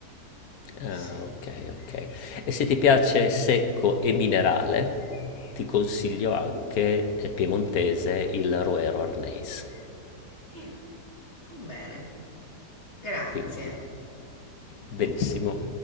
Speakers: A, on the left; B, on the left.
A: Ah,
B: Sì.
A: ok, ok. E se ti piace secco e minerale, ti consiglio anche eh, piemontese il Roero Arneis.
B: Mm. Bene, grazie.
A: Quindi, benissimo.